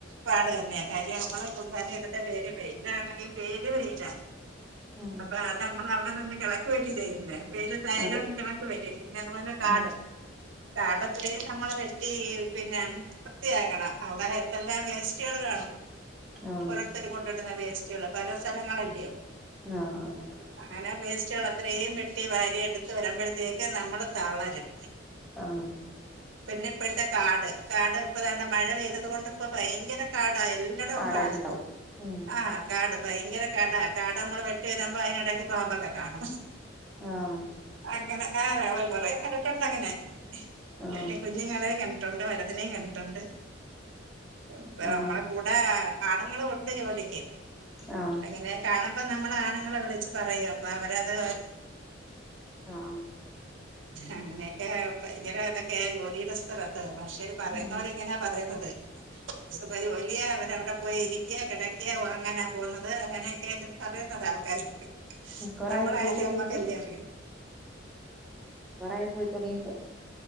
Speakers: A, on the right (about 75°); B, in the centre.
A: പാട് തന്നെയാ കാര്യം നമ്മളെ കൊത്താന് എടുത്ത ഏരിയ വെയിലാണെങ്കിൽ പെരും വെയില
B: ഉം
A: അപ്പൊ അത് നമ്മൾ അവിടെ നിന്ന് കിളക്ക് അല്ലെ ചെയ്യുന്നേ വെയി തരം
B: അത്
A: കണക്ക് വെയിൽ പിന്നെ അതുപോലെ കാട്
B: ഉം
A: കാട് അത്രയും നമ്മള് വെട്ടി പിന്നെ വൃത്തിയാക്കണം അവിടെ എന്തെല്ലാം വേസ്റ്റ്കള് കാണും
B: ആഹ്
A: ഓരോരുത്തര് കൊണ്ട്ടുന്ന വേസ്റ്റുകള് പല സ്ഥലങ്ങളല്ലെയോ
B: ആഹ
A: അങ്ങനെ വേസ്റ്റുകൾ അത്രേയും വെട്ടി വാരി എടുത്ത് വരുമ്പഴത്തേക്ക് നമ്മള് തളരും
B: ആഹ്
A: പിന്നെ ഇപ്പഴത്തെ കാട് കാട് ഇപ്പതാണ്ടെ മഴ പെയ്തത്കൊണ്ട് ഇപ്പ ഭയ്ങ്കര കാടാ എല്ലടവും
B: കാടായിട്ടുണ്ടാവും
A: കാട്
B: ഉം
A: ആഹ കാട് ഭയങ്കര കടാ കാട് നമ്മള് വെട്ടി വരാമ്പോ അയിനിടയ്ക്ക് പാമ്പൊക്കെ കാണും
B: ആഹ്
A: അങ്ങനെ ആഹ് കൊറേ കണ്ടിട്ടുണ്ട് അങ്ങനെ
B: ആഹ്
A: എന്റെ കുഞ്ഞുങ്ങളെ ട്ടുണ്ട് വനത്തിനേം കണ്ടിട്ടുണ്ട് ഇപ്പ
B: ആഹ്
A: നമ്മളെ കൂടെ ആണുങ്ങളും ഒണ്ട് ജോലിക്ക്
B: ആഹ്
A: എങ്ങനെ കാണ അപ്പൊ നമ്മള് ആണുങ്ങളെ വിളിച്ച് പറയും അപ്പൊ അവരത്
B: ആഹ് ആഹ്
A: അങ്ങനെയ ഭയങ്കര ഇതൊക്കെയ ജോലിയുടെ സ്ഥലത്ത് പക്ഷെ പറയുന്നവര്
B: ഉം
A: ഇങ്ങനെയാ പറയുന്നത് സുപരി വലിയ അവരവിടെ പോയി ഇരിക്കെ കെടക്ക ഉറങ്ങാനാ പോകുന്നത് അങ്ങനെ ട്ടേന്ന് പറയുന്നത ആൾക്കാര്
B: ഉം കൊറേയായോ
A: നമ്മള
B: പോയി
A: കാര്യം
B: തൊടങ്ങീട്ട്
A: നമ്മക്കല്ലേഅറിയൂ
B: കുറയ പോയി തുടങ്ങീട്ട്